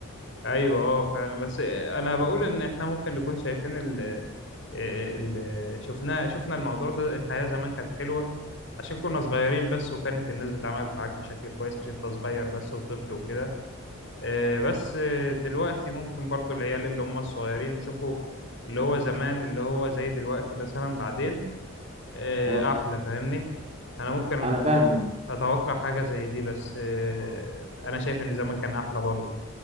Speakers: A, on the left; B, on the right.
A: ايوه اه فعلا بس انا بقول ان احنا ممكن نكون شايفين ال ال شفنا شفنا الموضوع ده الحياة زمان كانت حلوة عشان كنا صغيرين بس وكانت الناس بتتعامل معاك بشكل كويس عشان انت صغير بس وطفل وكده آه، بس آه، دلوقتي ممكن برضو العيال اللي هم الصغيرين يشوفوا اللي هو زمان اللي هو زي دلوقتي مثلا بعدين آه،
B: اه
A: أحلى فاهمني أنا ممكن
B: انا فاهمك
A: آه، أتوقع حاجة زي دي بس آه، أنا شايف إن زمان كان أحلى برضو